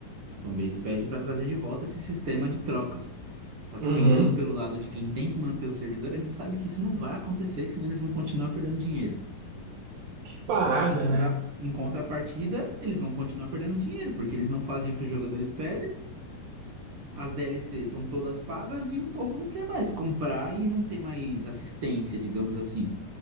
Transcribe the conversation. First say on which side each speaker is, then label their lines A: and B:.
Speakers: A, on the right; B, on the right.
A: A fanbase pede para trazer de volta esse sistema de trocas. Só que
B: Uhum.
A: pensando pelo lado de quem tem que manter o servidor, a gente sabe que isso não vai acontecer, que senão eles vão continuar perdendo dinheiro.
B: Que parada,
A: Só que em contra-
B: né?
A: em contrapartida, eles vão continuar perdendo dinheiro, porque eles não fazem o que os jogadores pedem, as DLCs são todas pagas e o povo não quer mais comprar e não tem mais assistência, digamos assim.